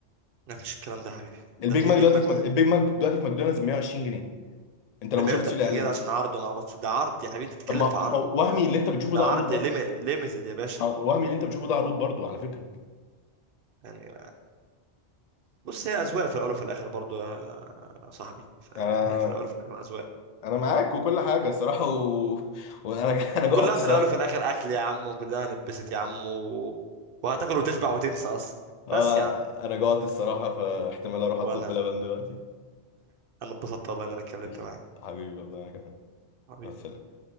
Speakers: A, on the right; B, on the left.
A: ما فيش الكلام ده يا حبيبي
B: البيج
A: ده اتنين
B: ماك
A: بيج
B: دلوقتي
A: ماك
B: في
A: من
B: مك... البيج ماك دلوقتي في ماكدونالدز ب 120 جنيه انت لو
A: ب 130
B: ما شفتش الاعلان
A: جنيه ده عشان عرض انا عبط- ده عرض يا حبيبي انت بتتكلم
B: طب ما
A: في عرض
B: ما هو وهمي اللي انت بتشوفه
A: ده
B: ده
A: عرض
B: عروض
A: ليمي- ليميتد يا باشا
B: وهمي اللي انت بتشوفه ده عروض برضو على فكره
A: يعني بص هي اذواق في الاول وفي الاخر برضو يا صاحبي فهي
B: انا
A: في الاول وفي الاخر اذواق
B: انا معاك وكل حاجه الصراحه و... وانا <laughs> انا
A: وكلها
B: جوعت الصراحه
A: في الاول وفي الاخر اكل يا عم وكلها نبست يا عم و... وهتاكل وتشبع وتنسى اصلا
B: اه
A: بس يا عم
B: انا جوعت الصراحه فاحتمال اروح
A: وانا
B: اطلب بلبن دلوقتي
A: انا اتبسطت والله ان انا اتكلمت
B: قشطة.
A: معاك
B: حبيبي والله انا كمان
A: حبيبي.
B: مع السلامه